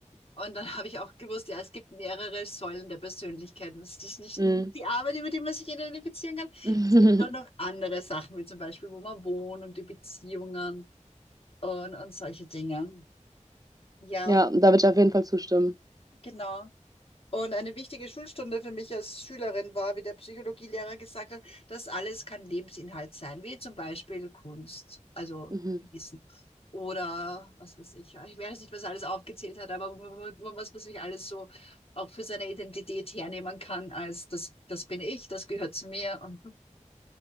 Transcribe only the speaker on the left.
und dann habe ich auch gewusst, ja, es gibt mehrere Säulen der Persönlichkeit. Es ist nicht
nur die Arbeit, über die man sich identifizieren kann.
Es gibt auch noch andere Sachen, wie zum Beispiel, wo man wohnt und die Beziehungen und, und solche Dinge. Ja,
und
genau. Und eine wichtige Schulstunde für mich als Schülerin war, wie der Psychologielehrer gesagt hat, das alles kann Lebensinhalt sein, wie zum Beispiel Kunst, also
Wissen. Oder was weiß ich, ich weiß nicht, was er alles aufgezählt hat, aber wo man- wo man- was man sich alles so auch für seine Identität hernehmen kann, als das, das bin ich, das gehört zu mir. Und